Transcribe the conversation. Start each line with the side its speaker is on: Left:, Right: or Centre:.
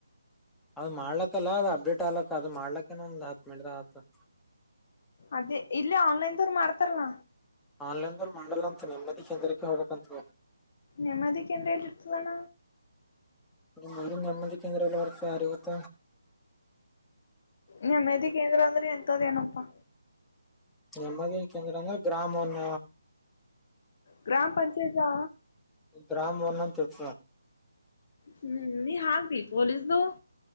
Centre: ಅದ್ ಮಾಡ್ಲಕ್ಕಲ್ಲ ಅ ಅಪ್ಡೇಟ್ ಆಗ್ಲಕ್ ಅದ್ ಮಾಡ್ಲಕ್ಕಏನ ಒಂದ್ ಹತ್ ಮೆಟದ ಆತ
Left: ಅದೇ ಇಲ್ಲ ಆನ್ಲೈನ್ದವರು ಮಾಡ್ತಾರಲ್ಲ
Centre: ಆನ್ಲೈನ್ಲ್ ಮಾಡಲ್ಲ ಅಂತ ನೆಮ್ಮದಿ ಕೇಂದ್ರಕ್ಕೆ ಹೋಗಬೇಕಂತ
Left: ನೆಮ್ಮದಿಕ್ಕೆ ಎಂದಲಿ ಇರ್ತದಣ
Centre: ಮ ನರ್ಮದಿ ಕೇಂದ್ರಲ್ಲ ವರ್ತ ಯಾರಗತ್ತ
Left: ನೆಮ್ಮೆದಿಿಕ ಂದರು ಅಂದ್ರೆ ಎಂತದೇನಪ್ಪಾ
Centre: ಎಮ್ಮದನ ಕೇಂದ್ರಂದ ಗ್ರಾಮನ್ನ
Left: ಗ್ರಾಮ ಪಂಚಾಯತ್ಾ
Centre: ಗ್ರಾಮವನ್ನ ಚೊಪ
Left: ಹ್ಮ್ ನೀ ಹಾಗಾಕ್್ದಿ ಪೊಲೀಸ್ದ